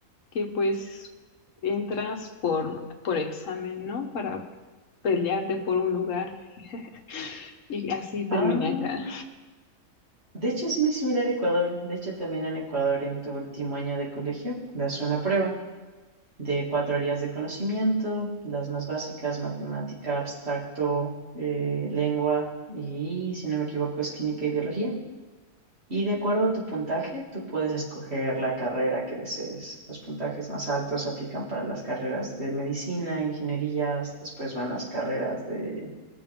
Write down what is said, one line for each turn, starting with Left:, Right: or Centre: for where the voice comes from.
Left: que pues entras por, por examen, ¿no? Para pelearte por un lugar. <laughs> Y así
Right: Ah,
Left: terminé acá.
Right: de hecho es muy similar a Ecuador. De hecho, también en Ecuador, en tu último año de colegio, das una prueba de cuatro áreas de conocimiento, las más básicas, matemática, abstracto, eh, lengua y, si no me equivoco, es química y biología. Y de acuerdo a tu puntaje, tú puedes escoger la carrera que desees. Los puntajes más altos se aplican para las carreras de medicina, ingenierías, después van las carreras de,